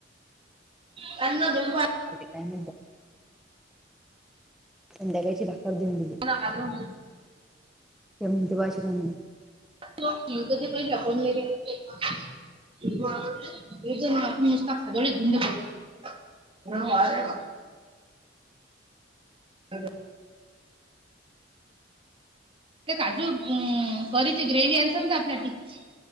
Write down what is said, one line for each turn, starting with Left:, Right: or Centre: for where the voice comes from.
Right: त्यांना दुर्गा
Centre: <inaudible> काय संध्याकाळची भाकर घऊन दिली
Right: घालून
Centre: ते म्ह ते भाषपण
Right: <inaudible> <inaudible> <inaudible> <inaudible>